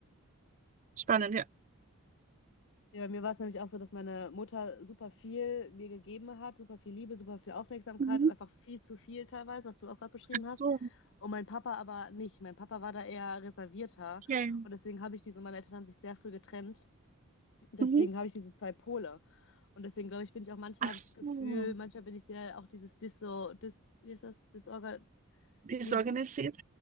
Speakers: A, on the right; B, on the left.
A: spannend, ja.
B: Ja, bei mir war es nämlich auch so, dass meine Mutter super viel mir gegeben hat, super viel Liebe, super viel Aufmerksamkeit
A: Mhm.
B: und einfach viel zu viel teilweise, was du auch gerade beschrieben
A: Ach so,
B: hast. Und mein Papa aber nicht. Mein Papa war da eher reservierter.
A: okay.
B: Und deswegen habe ich diese, meine Eltern haben sich sehr früh getrennt. Deswegen
A: Mhm.
B: habe ich diese zwei Pole. Und deswegen glaube ich, bin ich auch manchmal,
A: Ach
B: habe ich
A: so,
B: das Gefühl, manchmal bin ich sehr auch dieses Disso, Dis, wie ist das? Disorga,
A: die ist
B: nee,
A: organisiert.